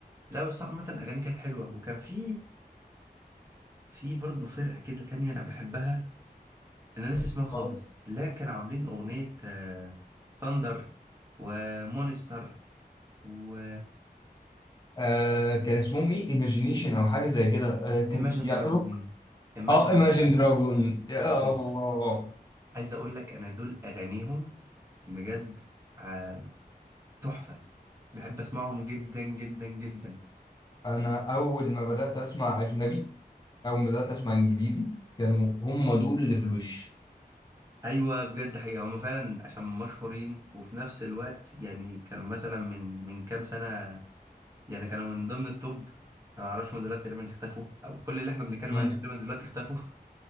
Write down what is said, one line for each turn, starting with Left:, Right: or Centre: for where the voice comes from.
Right: لا بس عامه اغاني كانت حلوه وكان في في برضه فرقه كده تانية انا بحبها انا ناسي اسمها خالص
Left: آه.
Right: لا كانوا عاملين اغنية ثاندر ومونستر و
Left: آه، كان اسمهم ايه ايماجينيشن او حاجه زي كده آه، كان
Right: Imagine
Left: يا
Right: Dragon
Left: روك
Right: Imagine
Left: اه ايماجين
Right: Dragon
Left: دراجون يا
Right: افتكرت
Left: الله
Right: عايز اقول لك انا دول اغانيهم بجد آه، تحفة بحب اسمعهم جدا جدا جدا
Left: انا اول ما بدات اسمع اجنبي اول ما بدات اسمع انجليزي كانوا هم دول اللي في الوش
Right: ايوه بجد حقيقة هم فعلا عشان مشهورين وفي نفس الوقت يعني كانوا مثلا من من كام سنة يعني كانوا من ضمن التوب انا معرفش هم دلوقتي تقريبا اختفوا او كل اللي احنا بنتكلم
Left: مم.
Right: عليهم تقريبا دلوقتي اختفوا